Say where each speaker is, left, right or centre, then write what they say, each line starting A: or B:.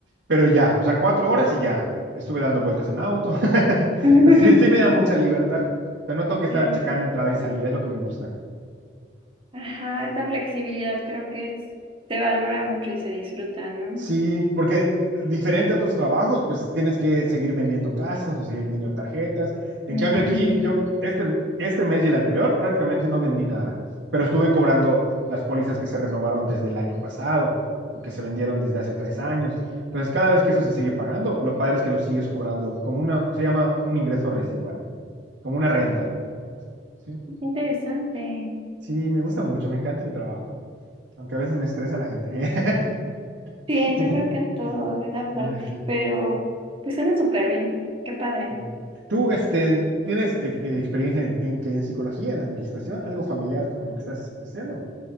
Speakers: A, on the right; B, on the right.
A: pero ya, o sea, cuatro horas y ya. Estuve dando vueltas en auto. <laughs>
B: <laughs>
A: Pues sí, sí me da mucha libertad. O sea, no tengo que estar
B: Sí.
A: checando entrada y salida, es lo que me gusta.
B: Ajá, esa flexibilidad creo que es- se valora mucho y se disfruta, ¿no?
A: Sí, porque diferente a tus trabajos, pues tienes que seguir vendiendo casas o seguir vendiendo tarjetas. En
B: Ujú.
A: cambio aquí, yo este, este mes y el anterior prácticamente no vendí nada, pero estuve cobrando las pólizas que se renovaron desde el año pasado o que se vendieron desde hace tres años. Entonces, cada vez que eso se sigue pagando, lo padre es que lo sigues cobrando como una, se llama un ingreso residual, como una renta. Sí,
B: Interesante.
A: sí, me gusta mucho, me encanta mi trabajo, aunque a veces me estresa la gente. <laughs>
B: Sí, yo creo que es todo de esa parte,
A: Ay, sí.
B: pero pues suena súper bien. Qué padre.
A: Sí. ¿Tú este, tienes ex- eh, experiencia en, en que en psicología, en administración, algo familiar con lo que estás haciendo?